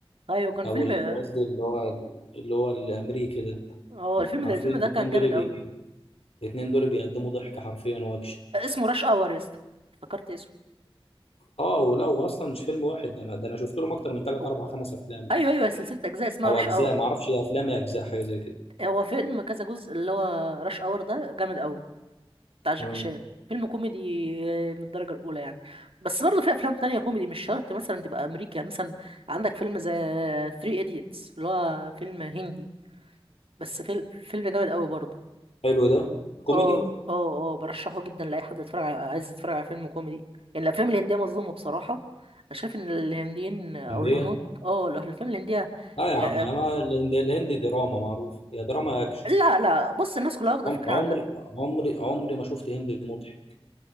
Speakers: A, on the right; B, on the left.
A: ايوه كان
B: او
A: فيلم
B: ال-
A: اه
B: قصدي اللي هو اللي هو الامريكي ده
A: هو الفيلم
B: حرفيا
A: ده الفيلم
B: الاثنين
A: ده كان جامد
B: دول بي...
A: قوي
B: الاثنين دول بيقدموا ضحك حرفيا واكشن
A: اسمه راش اور يا اسطى افتكرت اسمه
B: اه ولو اصلا مش فيلم واحد ده انا ده انا شفت لهم اكتر من ثلاث
A: هو-
B: اربع خمس افلام
A: ايوه ايوه سلسله اجزاء اسمها
B: او
A: راش
B: اجزاء
A: اور
B: ما اعرفش افلام يا اجزاء حاجه زي كده
A: هو فيلم كذا جزء اللي هو راش اور ده جامد قوي بتاع جاكي
B: مم.
A: شان فيلم كوميدي من الدرجة الأولى يعني بس برضه في أفلام تانية كوميدي مش شرط مثلا تبقى أمريكي يعني مثلا عندك فيلم زي ثري إيديتس اللي هو فيلم هندي بس فيلم فيلم جامد قوي برضه
B: حلو ده كوميدي
A: اه اه اه برشحه جدا لأي حد يتفرج على عايز يتفرج على فيلم كوميدي يعني الأفلام الهندية مظلومة بصراحة أنا شايف إن الهنديين أو
B: هندية
A: الهنود اه الأفلام الهندية
B: لا
A: يا-
B: يا عم انا ما الهند- الهندي دراما معروف يا دراما يا اكشن
A: لا لا بص الناس كلها واخدة
B: عم-
A: فكرة
B: عمري
A: عن
B: عمري عمري ما شفت هندي مضحك